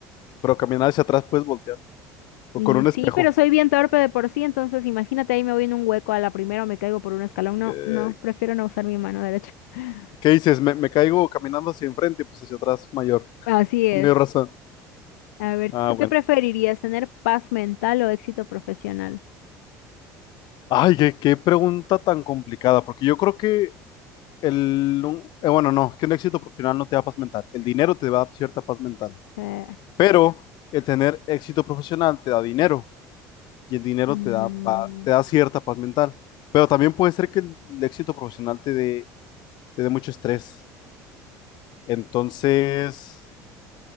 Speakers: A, on the left; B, on the left.
A: Pero caminar hacia atrás puedes voltear. O
B: Mm,
A: con un espejo.
B: sí, pero soy bien torpe de por sí, entonces imagínate ahí me voy en un hueco a la primera o me caigo por un escalón. No,
A: Eh,
B: no, prefiero no usar mi mano derecha. <laughs>
A: ¿qué dices? ¿Me, me caigo caminando hacia enfrente? Pues hacia atrás, mayor. <laughs>
B: Así es.
A: Mayor razón.
B: A ver,
A: Ah,
B: ¿tú
A: bueno.
B: qué preferirías, tener paz mental o éxito profesional?
A: Ay, qué, qué pregunta tan complicada, porque yo creo que el... un- eh, bueno, no, es que un éxito profesional no te da paz mental. El dinero te da cierta paz mental,
B: Eh,
A: pero el tener éxito profesional te da dinero y el dinero
B: Mm,
A: te da, pa- te da cierta paz mental. Pero también puede ser que el éxito profesional te dé, te dé mucho estrés. Entonces...